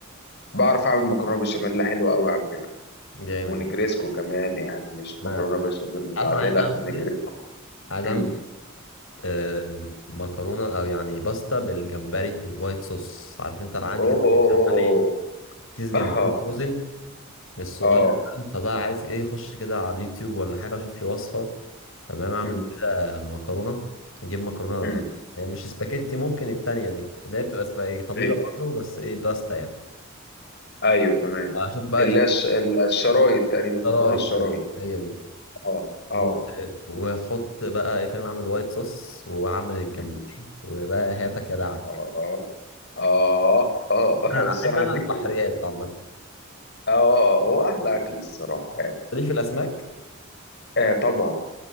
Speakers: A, on the left (about 55°); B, on the left (about 70°).
A: بعرف اعمل مكرونه بشاميل حلوه قوي على فكره
B: جامد
A: ونجريسكو كمان يعني مش مكرونه
B: أنا
A: بشاميل
B: عارف
A: العاديه
B: أنا عايز
A: لا
B: أعمل
A: نجريسكو
B: إيه عايز
A: مم.
B: أعمل آه، مكرونه او يعني باستا بالجمبري والوايت صوص عارف انت انا عندي
A: اوه
B: كده
A: اوه
B: كيس جمبري
A: اوه
B: كيس جمبري
A: اه
B: فروزن مش صغير
A: اه
B: فبقى عايز ايه اخش كده على اليوتيوب ولا حاجه اشوف لي وصفه تمام اعمل
A: أمم،
B: كده مكرونه نجيب مكرونه
A: أمم.
B: يعني مش سباكيتي ممكن التانية دي اللي هي بتبقى سباكيتي طويله
A: ايوه
B: برضه بس ايه باستا يعني
A: ايوه تمام
B: اشوف بقى
A: ال-
B: ايه
A: الش- ال- الشرايط تقريبا مكرونه
B: شرايط
A: الشرايط
B: هي دي
A: اه اه
B: و- واحط بقى ايه فاهم اعمل وايت صوص واعمل الجمبري
A: أمم.
B: وبقى هاتك يا دعك
A: اه اه اه <laughs>
B: أنا
A: بس
B: احب
A: انا
B: انا
A: هديك
B: البحريات عامه
A: اه هو احلى اكل الصراحه يعني.
B: ليه في الاسماك
A: آه طبعا